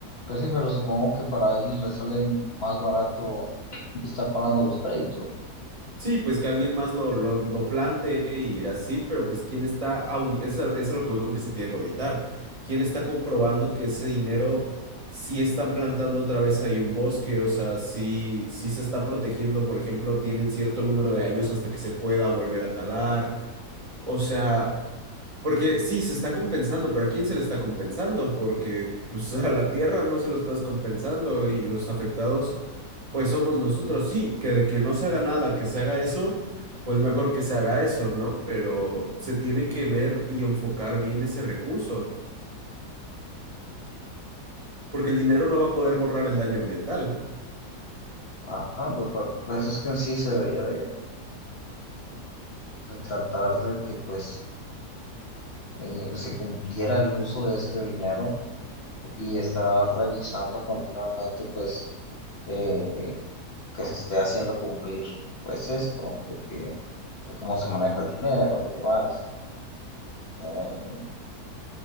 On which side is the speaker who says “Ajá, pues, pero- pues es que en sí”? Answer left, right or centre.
Left